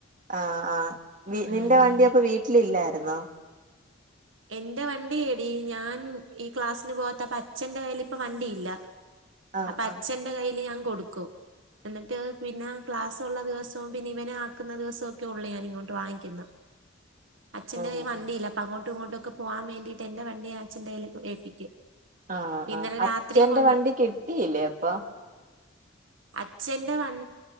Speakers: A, on the right; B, on the right.
A: ആഹ് ആഹ്
B: ഉം
A: നിന്റെ വണ്ടി അപ്പൊ വീട്ടിലില്ലായിരുന്നോ
B: എന്റെ വണ്ടി ഏടീ ഞാൻ ഈ ക്ലാസ്സിന് പോവാത്തപ്പ അച്ഛന്റെ കയ്യിൽ ഇപ്പ വണ്ടിയില്ല
A: ആഹ്
B: അപ്പ അച്ഛന്റെ
A: ആഹ്
B: കയ്യിൽ ഞാൻ കൊടുക്കും എന്നിട്ട് പിന്നെ ക്ലാസ്സോള്ള ദിവസവും പിന്നെ ഇവനെ ആക്കുന്ന ദിവസോക്കെ ഒള്ളൂ ഞാൻ ഇങ്ങോട്ട് വാങ്ങിക്കുന്നേ <inaudible> അച്ഛന്റെ
A: ആഹ്
B: കയ്യിൽ വണ്ടിയില്ല
A: ആഹ്
B: അപ്പൊ അങ്ങോട്ടും ഇങ്ങോട്ടും ഒക്കെ പോകാൻ വേണ്ടീട്ട് എന്റെ വണ്ടി അച്ഛന്റെ കയ്യിൽ ഏൽപ്പിക്കും
A: ആഹ്
B: ഇന്നലെ
A: ആഹ് അച്ഛന്റെ
B: രാത്രി കൊണ്ടു
A: വണ്ടി കിട്ടിയില്ലേ അപ്പം
B: അച്ഛന്റെ വൺ